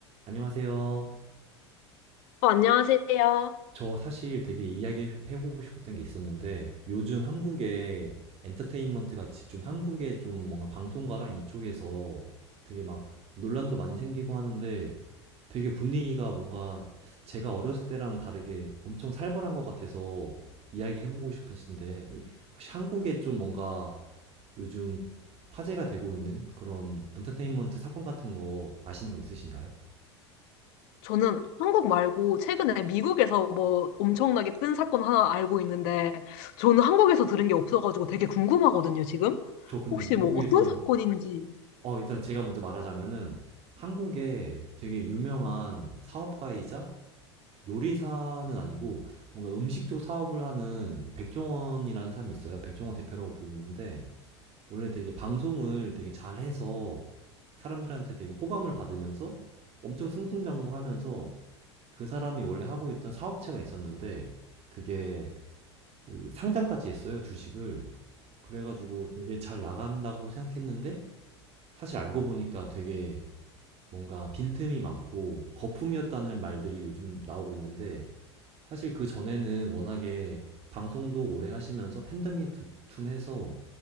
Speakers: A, on the right (about 45°); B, on the left (about 60°).
A: 안녕하세요.
B: 어, 안녕하세요.
A: 저 사실 되게 이야기해보고 싶었던 게 있었는데 요즘 한국의 엔터테인먼트 같이 좀 한국의 좀 뭔가 방송가랑 이쪽에서 되게 막 논란도 많이 생기고 하는데 되게 분위기가 뭔가 제가 어렸을 때랑 다르게 엄청 살벌한 것 같아서 이야기해보고 싶으신데 이- 혹시 한국에 좀 뭔가 요즘 화제가 되고 있는 그런 엔터테인먼트 사건 같은 거 아시는 거 있으신가요?
B: 저는 한국 말고 최근에 미국에서 뭐 엄청나게 뜬 사건 하나 알고 있는데 저는 한국에서 들은 게 없어가지고 되게 궁금하거든요, 지금.
A: 저 근데
B: 혹시
A: 미국에서
B: 뭐 어떤 사건인지.
A: 어, 일단 제가 먼저 말하자면은 한국에 되게 유명한 사업가이자 요리사는 아니고 뭔가 음식 쪽 사업을 하는 백종원이라는 사람이 있어요. 백종원 대표라고 불리는데 원래 되게 방송을 되게 잘해서 사람들한테 되게 호감을 받으면서 엄청 승승장구하면서 그 사람이 원래 하고 있던 사업체가 있었는데 그게 그 상장까지 했어요, 주식을. 그래가지고 되게 잘 나간다고 생각했는데 사실 알고 보니까 되게 뭔가 빈틈이 많고 거품이었다는 말들이 요즘 나오고 있는데 사실 그 전에는 워낙에 방송도 오래 하시면서 팬덤이 두툼해서